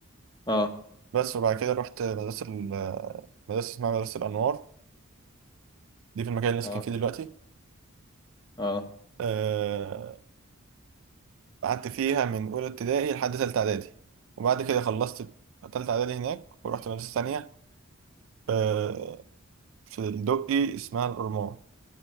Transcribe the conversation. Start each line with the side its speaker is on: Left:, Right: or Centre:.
Left: اه
Right: بس وبعد كده رحت مدرسه ال- مدرسه اسمها مدرسه الانوار دي في المكان اللي انا
Left: اه
Right: ساكن فيه دلوقتي
Left: اه
Right: آه قعدت فيها من اولى ابتدائي لحد ثالثه اعدادي وبعد كده خلصت تالتة إعدادي هناك ورحت مدرسة تانية آه، فندقي اسمها الأورمون